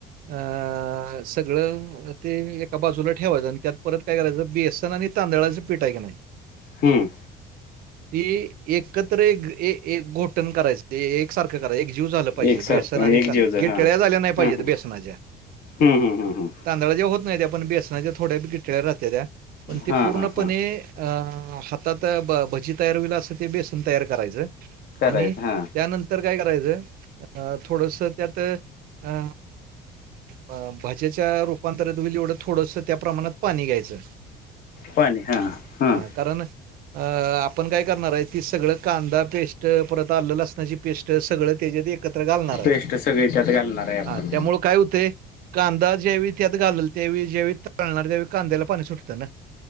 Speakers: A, on the right (about 60°); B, on the left (about 60°).
A: अं सगळं. अ ते एका बाजूला ठेवायचं आणि त्यात परत काय करायचं बेसन आणि तांदळाचं पीठ आहे कनाय
B: हम्म.
A: ते एकत्र एक एक घोटण करायच एक सारखं करायचं. जीव झालं पाहिजे,
B: एकसारखं
A: बेसन आणि
B: एक
A: तांदूळ
B: जीवज हां
A: गीटळ्या
B: हम्म
A: झाल्या नाही पाहिजेत
B: हम्म
A: बेसनाच्या.
B: हम्म हम् हम्म हम्.
A: तांदळाच्या होत नाहीत्या पण बेसनाच्या थोड्या गिटळ्या राहत्या त्या पण ते
B: हां
A: पूर्णपणे
B: हां हां
A: अ हातात भ भजी तयार होईल असं ते बेसन तयार करायचं.
B: करायचं
A: आणि
B: हां
A: त्यानंत तर काय करायचं थोडसं त्यात अ अ भज्याच्या रूपांतरीत होईल एवढं थोडंस त्या प्रमाणात पाणी घ्यायचं.
B: पाणी हा हा.
A: हां कारण अ आपण काय करणार आहे, ते सगळं कांदा पेस्ट परत आल्लं, लसणाची पेस्ट सगळं त्याच्यात एक एकत्र घालणार हाय
B: पेस्ट सगळी त्यात घालणार आहे आपण
A: हा त्यामुळं काय होतंय कांदा ज्यावेळी त्यात घाललं त्यावेळी ज्यावेळी ताळणार त्यावेळी कांद्याला पाणी सुटतं ना?